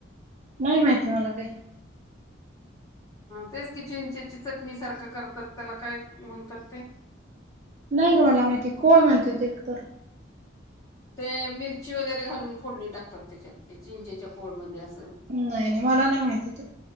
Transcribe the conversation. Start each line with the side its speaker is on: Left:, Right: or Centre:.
Right: नाही माहिती मला काही.
Left: तेच की चिंचेची चटणी सारखं करतात त्याला काय म्हणतात ते
Right: नाही ग मला माहिती कोण म्हणत ते एक तर.
Left: ते मिरची वगैरे घालून फोडणी टाकतात त्याच्यात ते चिंचेच्या कोळमध्येध्ये असं.
Right: नाही नाही मला नाही माहिती ते.